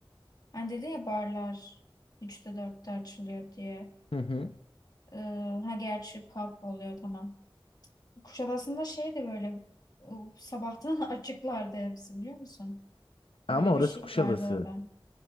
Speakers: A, on the left; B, on the left.
A: hani dedin ya barlar üçte dörtte açılıyor diye.
B: Hı hı.
A: Ee, ha gerçi pub oluyor tamam. Kuşadası'nda şey de böyle e, sabahtan <laughs> açıklardı hepsi biliyor musun? Böyle
B: Ama orası
A: bir şey
B: Kuşadası.
A: vardı orada.